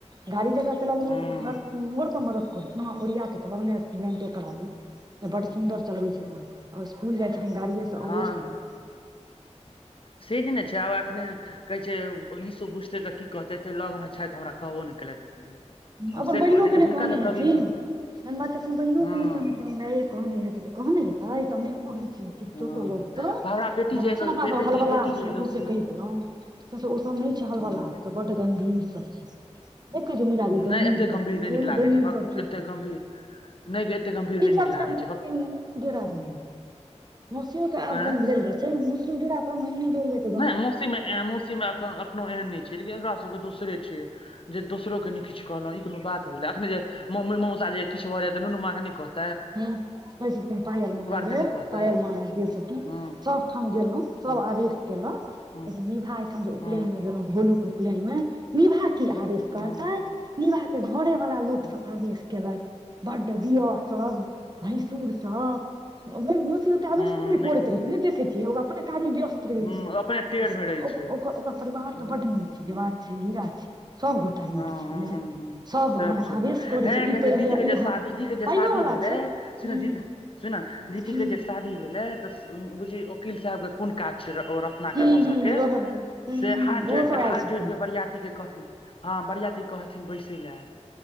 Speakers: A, on the right; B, on the left.
A: गाड़ी जकरा चलाएल
B: हँ
A: अबैत तऽ हर हमरो करैके मदति करै छथिन। हँ, ओरिआ कऽ चलाउ ई नहि एक्सीडेंटे करा ली। तऽ बड्ड सुन्दर चलबै छथिन। आ स्कुल जाइ छथिन गाड़िएसँ
B: हँ
A: अबै छथिन।
B: से नहि ने छै। आब एखने कहैत छै ओ निशू बुझतै तऽ की कहतै। एतेक लगमे छथि, हमरा कहबो नहि केलथि एको बेर। हम
A: अपन
B: से
A: बहिनोकेँ
B: कहलियै जे
A: नहि
B: हुनका
A: कहने
B: तऽ
A: हेथिन।
B: कभी ने
A: मेन बात अपन बहिनोकेँ
B: हँ
A: नहि कहने हेथिन। माइए कहने हेतै तऽ कहने हेतै, तऽ हम नहि कहै छियै। कि
B: हँ
A: चोटो लगतहु। तो
B: भावरा बेटी
A: जेना
B: जे एलौ
A: छियै ने अपना सब
B: बेटी
A: हलवलाह
B: बेटी जे
A: छियै
B: एलौ
A: सौंसे
B: से
A: कहि देलहुँ। से सभ ओसभ नहि छै हलवलाह।
B: हँ
A: ओसभ बड्ड गम्भीर सभ छै। नहि कहैत छै। <unintelligible> गहींर
B: नहि एते
A: सभ
B: गम्भीर
A: छै,
B: नहि
A: सही
B: नीक
A: में
B: लागै
A: गहींर
B: भक
A: सभ छै ओसभ।
B: एते गम्भीर नहि गे एते गम्भीर
A: ईसभ
B: नहि नीक
A: छै
B: लागै
A: मुसलिम
B: भक
A: मुसलिम बेरादरीमे।
B: हम्म।
A: मौसीओ के आब
B: आँय
A: कनि भेल जाइ छै। मौसी डेरा कऽ नहि। <unintelligible>
B: नहि मौसीमे एवं मौसीमे एक एखनो एहन नहि छै, लेकिन एकरा सबके दोसरे छै। जे दोसरोकेँ नहि किछु कहलहुँ। ई कोनो बात भेलै? अखने जे मम्मी मौसा जे किछो भए जाय तऽ नुनू ममाकेँ नहि कह-
A: ह्म, कहैत छथिन पायल मङ्गेबै,
B: के नहि कहतै
A: पायल <unintelligible> गेल छलखिन
B: हँ
A: सभठाम गेलहुँ, सब
B: हँ
A: आवेश केलक
B: हँ
A: ए से निभा एहिठाम जे उपनयनमे
B: हँ
A: गेलहुँ, भोलूके उपनयनमे, निभा की आवेश करतैथ,
B: हँ हँ
A: निभाके घरेवला लोक
B: हँ
A: सभके आवेश केलथि। बड्ड, दिअर सभ भैंसुरसभ। ओ मौसिओ ओतेक आवेश
B: हँ,
A: नहि
B: नीक सुनू।
A: देखै छियै, ओ अपने काजमे व्यस्त रहैत
B: हँ
A: छै।
B: अपने टेढ़
A: ओसभ
B: मे रहै
A: ओ
B: छै
A: ओकर ओकर परिवार
B: हँ
A: तऽ बड्ड नीक छै, जे बात छै, हीरा छै। सभ गो- गोटे
B: हँ
A: नीक छै।
B: हँ
A: मने
B: हँ हँ,
A: सब मने
B: सुनी
A: आवेश करै
B: हे
A: छै
B: कहै
A: ई पहिर
B: दीदी
A: लिअ
B: के
A: ई
B: जे शादी दीदी के जे
A: पाइयो
B: शादी
A: वला
B: भेलै
A: छै
B: सुन
A: हूँ
B: दीदी सुन न दीदीके
A: हूँ
B: जे शादी भेलै तऽ स् उम्म बुझही ओकील साहबके कोन काज छै र् ओ रत्नाकर
A: हूँ
B: मौसाके
A: हूँ रहल हूँ
B: से
A: हूँ
B: हाथ जोड़ि
A: ओहो सब
B: कऽ
A: आयल
B: हाथ
A: छलखिन
B: जोड़ि कऽ बरियातीकेँ कहथिन हँ बरियातीकेँ कहथिन बैसय लए।